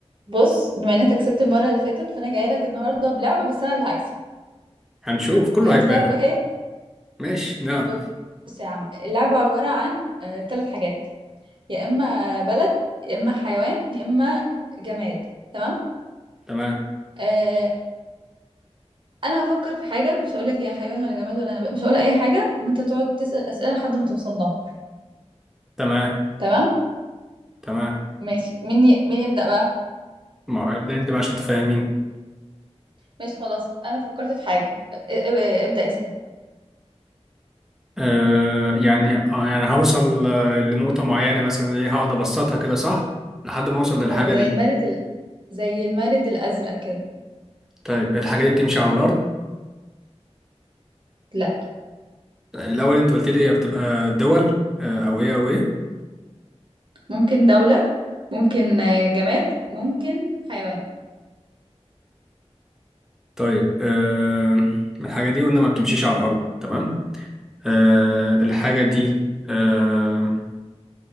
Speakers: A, on the right; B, in the centre.
A: بص بما ان انت كسبت المره اللي فاتت فانا جايه لك النهارده بلعبه بس انا اللي هكسب
B: هنشوف كله
A: جاهز
B: هيبان
A: تعرف ايه هي
B: ماشي نعرف
A: بص يا عم اللعبه عباره عن ثلاث حاجات يا اما بلد يا اما حيوان يا اما جماد تمام
B: تمام
A: آه انا هفكر في حاجه مش هقول لك هي حيوان ولا جماد ولا نبات مش هقول اي حاجه وانت تقعد تسال اسئله لحد ما توصل لها
B: تمام
A: تمام
B: تمام
A: ماشي مين ي... مين يبدا بقى
B: ما ابدأ انت بقى عشان تفهمين
A: ماشي خلاص انا فكرت في حاجه آه، آه، آه، ابدا اسال
B: آه يعني آه يعني هوصل آه، لنقطة معينة مثلا ايه هقعد ابسطها كده صح لحد ما اوصل للحاجة
A: اه زي
B: دي
A: المارد ال... زي المارد الازرق كده
B: طيب الحاجة دي بتمشي على الأرض
A: لا
B: الأول انت قلت لي هي بتبقى دول آه أو ايه أو ايه
A: ممكن دوله ممكن آه، جماد ممكن حيوان
B: طيب آه الحاجة دي قلنا ما بتمشيش على الأرض تمام آه الحاجة دي آه